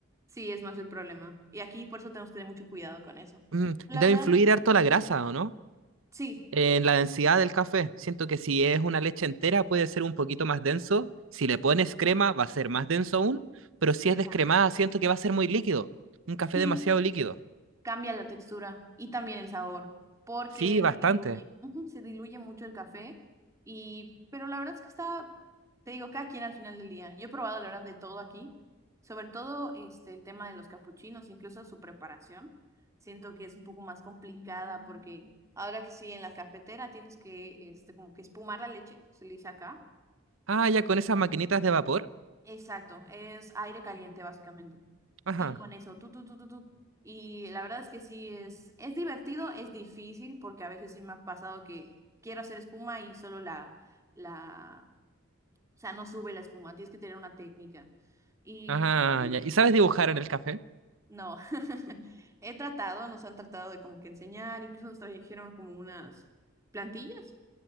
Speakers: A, on the right; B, on the right.
A: sí es más el problema. Y aquí por eso tenemos que tener mucho cuidado con eso.
B: Mm,
A: La
B: debe
A: verdad,
B: influir harto la grasa, ¿o no?
A: sí.
B: En la densidad del café, siento que si es una leche entera puede ser un poquito más denso. Si le pones crema va a ser más denso aún, pero si
A: Exacto.
B: es descremada siento que va a ser muy líquido. Un café
A: Sí,
B: demasiado líquido.
A: Cambia la textura y también el sabor, porque
B: Sí,
A: se
B: bastante.
A: diluye, Ujú, se diluye mucho el café y, pero la verdad es que está, te digo, cada quien al final del día. Yo he probado la verdad de todo aquí, sobre todo este el tema de los capuchinos, incluso su preparación. Siento que es un poco más complicada porque ahora que sí en la cafetera tienes que este como que espumar la leche, se le dice acá
B: Ah, ya con esas maquinitas de vapor.
A: Exacto, es aire caliente básicamente.
B: Ajá.
A: Y con eso, tú, tú, tú, tú, tú. Y la verdad es que sí es, es divertido, es difícil, porque a veces sí me ha pasado que quiero hacer espuma y solo la, la, o sea, no sube la espuma, tienes que tener una técnica. Y
B: Ajá,
A: <laughs>
B: ya. ¿Y sabes dibujar en el café?
A: no, <laughs> he tratado, nos han tratado de como que enseñar, incluso nos trajeron como unas plantillas